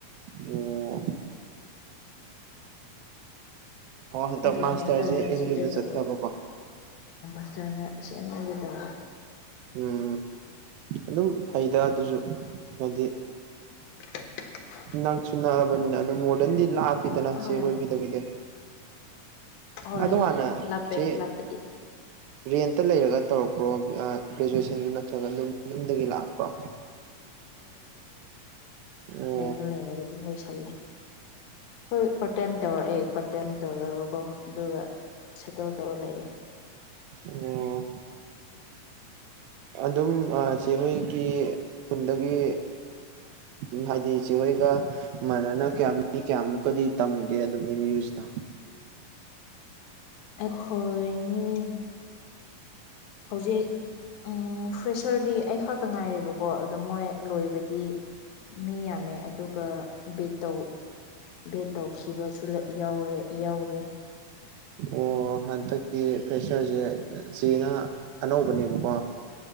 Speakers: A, on the right; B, on the left.
A: ꯑꯣ ꯑꯣ ꯍꯟꯗꯛ
B: ꯑꯗꯨ
A: ꯃꯥꯁꯇꯔꯁꯦ
B: ꯃꯁꯔꯅ
A: ꯑꯦꯝ
B: ꯁꯤꯗ
A: ꯌꯨꯗ
B: ꯇꯧꯕ
A: ꯆꯠꯊꯕꯀꯣ
B: ꯑꯁ ꯏꯁꯟꯇꯔꯅꯦ ꯑꯁꯤꯒꯦ ꯇꯧꯕ
A: ꯎꯝ ꯑꯗꯨꯝ ꯍꯩꯗ ꯑꯗꯨꯁꯨ ꯍꯥꯏꯗꯤ
B: <inaudible>
A: ꯅꯛꯁꯨ ꯅꯛꯑꯕꯅꯤꯅ ꯑꯗꯨꯝ ꯃꯣꯗꯔꯟꯗꯤ ꯂꯥꯛꯑ ꯐꯗꯅ ꯁꯤ
B: ꯍꯣꯏ
A: ꯍꯣꯏꯒꯤꯗꯒꯤꯗꯤ
B: ꯍꯣꯏ
A: ꯑꯗꯣ ꯍꯥꯟꯅ
B: ꯂꯥꯞꯄꯦ
A: ꯆꯦ
B: ꯂꯥꯞꯄꯗꯤ
A: ꯔꯦꯟꯇ ꯂꯩꯔꯒ ꯇꯧꯔꯛꯄ꯭ꯔꯣ ꯒ꯭ꯔꯦꯖꯨꯑꯦꯁꯟꯒꯤ ꯅꯠꯇ꯭ꯔꯒ ꯑꯗꯨꯝ ꯌꯨꯝꯗꯒꯤ ꯂꯥꯛꯄ꯭ꯔꯣ ꯑꯣ
B: ꯍꯣꯔꯦꯟꯗ ꯂꯩꯔꯒ ꯑꯗꯨꯝ ꯂꯣꯏꯁꯜꯂꯦ ꯍꯣꯏ ꯄꯔꯇꯦꯝ ꯇꯧꯔꯛꯑꯦ ꯄꯔꯇꯦꯝ ꯇꯧꯔꯒꯀꯣ ꯑꯗꯨꯒ ꯁꯦꯇꯜ ꯇꯧꯔ ꯂꯑꯦ
A: ꯑꯣ ꯑꯗꯨꯝ <unintelligible> ꯍꯣꯏꯒꯤ ꯈꯨꯟꯗꯒꯤ ꯎ ꯍꯥꯏꯗꯤ ꯆꯖꯤꯍꯣꯏꯒ ꯃꯥꯟꯅꯅ ꯀꯌꯥ ꯃꯤ ꯀꯌꯥꯃꯨꯛꯀ ꯗꯤ ꯇꯝꯒꯦ ꯑꯗꯨꯝꯒꯤ ꯃ꯭ꯌꯨꯁꯇ
B: ꯑꯩꯈꯣꯏ ꯃꯤ ꯍꯧꯖꯤꯛ ꯎꯝ ꯐ꯭ꯔꯦꯁꯔꯗꯤ ꯑꯩ ꯈꯥꯛꯇ ꯉꯥꯏꯔꯦꯕꯀꯣ ꯑꯗꯣ ꯃꯣꯏ ꯂꯣꯏꯕꯗꯤ ꯃꯤ ꯌꯥꯝꯃꯦ ꯑꯗꯨꯒ ꯕꯦꯠ ꯇꯧ ꯕꯦꯠ ꯇꯧꯈꯤꯕꯁꯨ ꯌꯥꯎꯔꯦ ꯌꯥꯎꯔꯦ ꯑ
A: ꯑꯣ ꯍꯟꯗꯛꯀꯤ ꯐ꯭ꯔꯦꯁꯔꯁꯦ ꯆꯦꯅ ꯑꯅꯧꯕꯅꯦꯕꯀꯣ